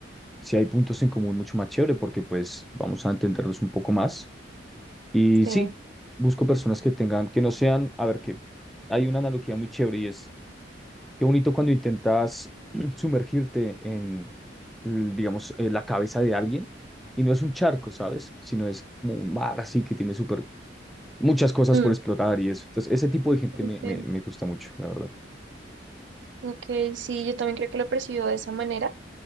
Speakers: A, in the centre; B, on the right (about 70°).
A: si hay puntos en común mucho más chévere porque pues vamos a entenderlos un poco más. Y
B: sí.
A: sí, busco personas que tengan, que no sean, a ver, que hay una analogía muy chévere y es qué bonito cuando intentas <clears throat> sumergirte en, l- digamos, eh, la cabeza de alguien y no es un charco, ¿sabes? Sino es como un mar así que tiene súper muchas cosas
B: Mm,
A: por explotar y eso. Entonces, ese tipo de gente
B: ok,
A: me, me, me gusta mucho, la verdad.
B: ok, sí, yo también creo que lo percibo de esa manera,